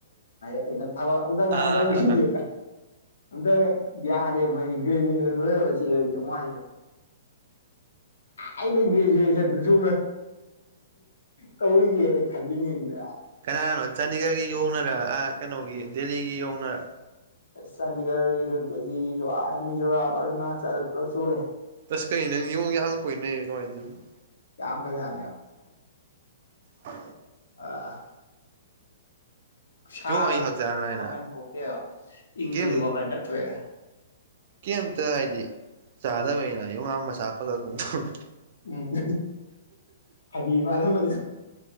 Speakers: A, on the left (about 80°); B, on the right (about 55°).
A: ꯊꯩꯅ ꯊꯕꯛ ꯑꯝꯇꯪ
B: ꯑꯥ
A: ꯉꯍꯥꯟ ꯇꯧꯁꯤꯒꯦ
B: ꯑꯥ ꯑꯥ
A: ꯑꯇ ꯌꯥꯗꯦ ꯃꯣꯏ ꯔꯤ ꯂ ꯁꯤꯦ ꯃ ꯑꯩꯗꯤ ꯒ꯭ꯔꯦꯖꯨꯑꯦꯁꯟꯗ ꯁ ꯀꯧꯏꯒꯦꯅ ꯈꯜꯂꯤꯉꯩꯅꯦ
B: ꯀꯅꯥꯅꯣ ꯆꯥꯟꯗꯤꯒꯔꯒꯤ ꯌꯧꯅꯔꯥ ꯀꯩꯅꯣꯒꯤ ꯗꯦꯜꯂꯤꯒꯤ ꯌꯧꯅꯔꯥ
A: ꯆꯥꯟꯅꯤꯒꯔꯁꯨꯁꯨꯁꯨꯔꯅꯅꯥ ꯆꯂ ꯆꯨꯔꯦ
B: ꯇꯁ ꯀꯩ ꯅꯪ ꯌꯦꯉ ꯌꯥ ꯌꯥꯝꯅ ꯀꯨꯏꯅꯩ ꯀꯃꯥꯏꯅꯗꯣꯏꯅ
A: ꯝ ꯀꯖꯅꯤ
B: ꯎ
A: ꯑꯥ ꯁꯥꯕꯁꯤ
B: ꯌꯣꯡ ꯑꯩ ꯍꯛꯆꯥꯡ ꯅꯥꯏꯅ
A: ꯋꯥꯈꯟ ꯊꯣꯛꯇꯦꯕ ꯏꯪꯕꯁꯤ
B: ꯀꯩꯝ
A: ꯋꯥꯈꯜ ꯆꯠꯊꯣꯛꯑꯦꯕ
B: ꯀꯩꯝꯇ ꯍꯥꯏꯗꯤ ꯆꯥꯗꯕꯩꯅ ꯌꯨ ꯉ ꯃꯆꯥ ꯐꯒꯠꯀꯨꯝꯨꯝ
A: ꯎꯝ ꯐꯗꯤ ꯐꯗ ꯃꯅꯤ